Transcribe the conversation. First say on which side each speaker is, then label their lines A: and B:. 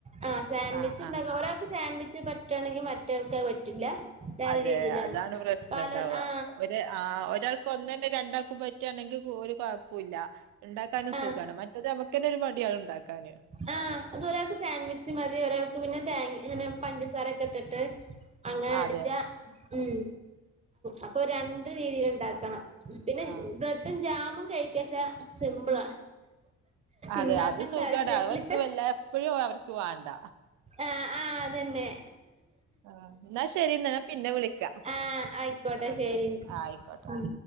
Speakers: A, on the right (about 20°); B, on the right (about 85°).
A: ആ സാൻഡ്‌വിച്ച്
B: ആഹ്
A: ഇണ്ടാക്കണം
B: ആഹ്
A: ഓരാക്ക് സാൻഡ്‌വിച്ച് പറ്റൂ പറ്റാണെങ്കിൽ മറ്റവൾക്ക് അത്‌ പറ്റില്ല വേറെ
B: അതെ
A: രീതിയിലാണ്
B: അതാണ് പ്രശ്നംണ്ടാവുക
A: പല ആ
B: ഒരു ആ ഒരാൾക്ക് ഒന്ന് തന്നെ രണ്ടാക്കും പറ്റ പറ്റാണെങ്കി ഒരു കുഴപ്പുല്ല ഇണ്ടാക്കാനും
A: ആ
B: സുഖാണ് മറ്റത് നമുക്കന്നെ ഒരു മടിയാണ് ഇണ്ടാക്കാന്
A: ആഹ് അത് ഒരാൾക്ക് സാൻഡ്‌വിച്ച് മതി ഒരാൾക്ക് പിന്നെ തേങ്ങ അങ്ങനെ പഞ്ചസാരൊക്കെ ഇട്ടിട്ട് അങ്ങനെ
B: അതെ
A: അടിച്ചാ ഉം അപ്പൊ രണ്ട് രീതിയിൽ ഇണ്ടാക്കണം പിന്നെ
B: ആ
A: ബ്രഡും ജാമും കഴിക്കാച്ചാ സിമ്പിളാ
B: അതെ
A: ഉണ്ടാക്കണ്ട
B: അത് സുഖാടാ
A: ആവശ്യല്ല
B: അവർക്ക് വല്ല എപ്പഴും അവർക്ക് വേണ്ട
A: ആഹ് ആഹ് അതന്നെ
B: ആ എന്നാ ശരി എന്നാ ഞാൻ പിന്നെ വിളിക്കാം
A: ആഹ് ആയിക്കോട്ടെ
B: ആ എന്നാ
A: ശരി
B: ആയിക്കോട്ടെ
A: മ്